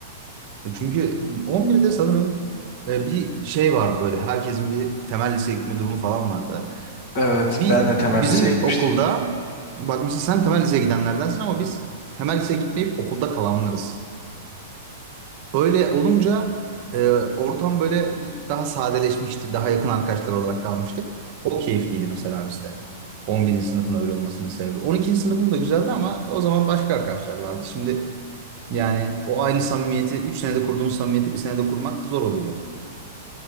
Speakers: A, on the right; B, on the left.
A: Çünkü 11'de sanırım e, bir şey vardı böyle. Herkesin bir temel liseye gitme durumu falan vardı.
B: Evet,
A: Bir
B: ben de
A: bizim
B: temel liseye gitmiştim.
A: okulda bak mesela sen temel liseye gidenlerdensin ama biz temel liseye gitmeyip okulda kalanlarız. Böyle olunca e, ortam böyle bir daha sadeleşmişti. Daha yakın arkadaşlar olarak kalmıştık. O keyifliydi mesela bizde. On birinci sınıfın öyle olmasının sebebi. 12. sınıfım da güzeldi ama o zaman başka arkadaşlar vardı. Şimdi yani o aynı samimiyeti 3 senede kurduğun samimiyeti bir senede kurmak zor oluyor.